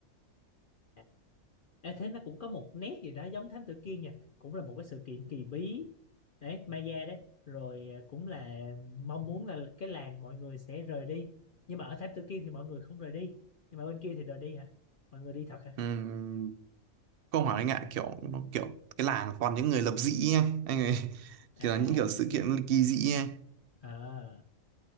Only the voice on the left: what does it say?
Dạ. Ê, thế nó cũng có một nét gì đó giống thám tử kia nha cũng là một cái sự kiện kỳ bí đấy Maya đấy rồi à, cũng là mong muốn là cái làng mọi người sẽ rời đi nhưng mà ở tháp Tự Kiên thì mọi người không rời đi nhưng mà bên kia thì rời đi hả mọi người đi thật hả
à,
à